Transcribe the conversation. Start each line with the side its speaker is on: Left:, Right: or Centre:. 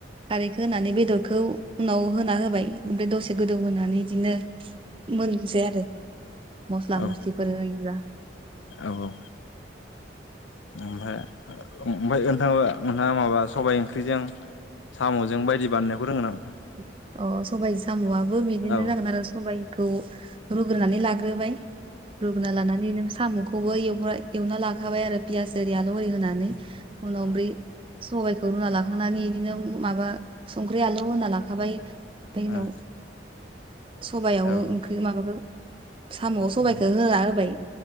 Right: खारैखौ होनानै बेदरखौ उनाव होना होबाय ओमफ्राय दसे गोदौ होनोनानै बिदिनो मोननोसै आरो मस्ला
Left: औ
Right: मस्लिफोर होयोब्ला
Left: औ ओमफ्राय ओमफ्रायथाङा नोंथाङा माबा सबाइ इंख्रिजों साम'जों बायदि बानायनायखौ रोंगो नामा
Right: अ सबाय साम'आबो बिदिनो
Left: औ
Right: जागोन आरो सबायखौ रुग्रोनानै लाग्रोबाय रुग्रोना लानानानै नो साम'खौबो एव एवना लाखाबाय आरो पियास एरि आल' ओरि होनानै उनाव
Left: औ
Right: दै सबायाइखौ रुना लाखांनानै बिदिनो माबा संख्रि आलु होना लाखाबाय ओमफ्राय उनाव
Left: औ
Right: सबायाव
Left: औ उम
Right: ओंख्रि माबाफोर साम' सबायखौ
Left: उम
Right: होना होबाय